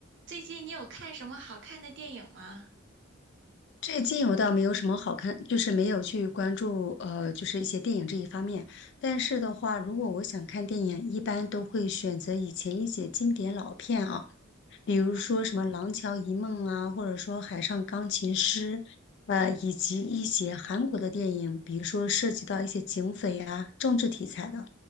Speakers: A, on the right (about 60°); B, on the left (about 55°).
A: 最近你有看什么好看的电影吗？
B: 最近我倒没有什么好看，就是没有去关注呃，就是一些电影这一方面。但是的话，如果我想看电影，一般都会选择以前一些经典老片啊，比如说什么《廊桥遗梦》啊，
A: 啊，
B: 或者说《海上钢琴师》，呃，以及一些韩国的电影，比如说涉及到一些警匪啊、政治题材的，